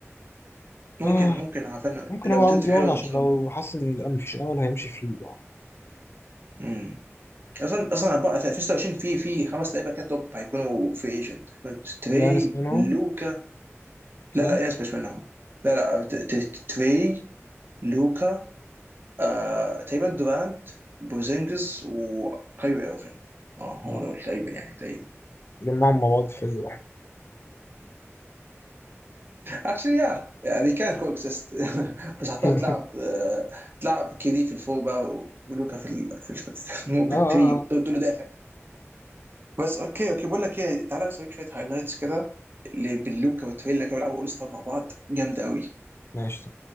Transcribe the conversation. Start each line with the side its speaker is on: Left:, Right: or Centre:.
Right: ممكن
Left: آه.
Right: ممكن عارفين
Left: ممكن
Right: الاوبورتيونتي
Left: هو عاوز
Right: الحلوه
Left: يقعد عشان
Right: توصل
Left: لو
Right: له
Left: حس ان الأمل- مفيش امل هيمشي في ليج يعني
Right: امم اصلا اصلا بقى في 2026 في في خمس لعيبه كده توب هيكونوا فري ايجنت هيكونوا تري
Left: يانس منهم
Right: لوكا
Left: صح؟
Right: لا لا يانس مش منهم لا لا ت- ت- تري لوكا آه تقريبا دورانت بوزينجز وكايري ايرفينج اه هم
Left: لا
Right: دول تقريبا يعني تقريبا
Left: جمعهم مع بعض في فريق واحد
Right: اكشلي يا يعني كان كو اكزيست <laughs> بس هضطر
Left: <laughs>
Right: تلعب آه، تلعب كيدي في الفور بقى ولوكا في ال في ال في ال-
Left: اه
Right: <laughs> في
Left: اه
Right: الثري
Left: اه
Right: تقول تقول له دافع بس اوكي اوكي بقول لك ايه تعالى بس اوريك شويه هايلايتس كده اللي باللوكا والتريلا كانوا بيلعبوا اول ستار مع بعض جامده قوي
Left: ماشي